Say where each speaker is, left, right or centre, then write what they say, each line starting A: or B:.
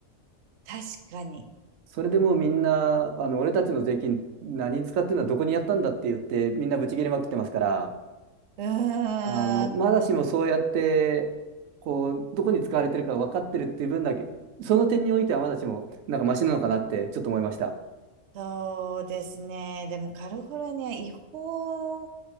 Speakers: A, on the right; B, on the right.
A: 確かに。
B: それでもうみんな、あの、俺たちの税金何に使ってるのはどこにやったんだって言って、みんなブチ切れまくってますから、
A: うーん、
B: あの、まだしもそうやって、こう、どこに使われてるか分かってるっていう分だけ、その点においてはまだしも、なんかマシなのかなってちょっと思いました。
A: そうですね。でもカリフォルニア違法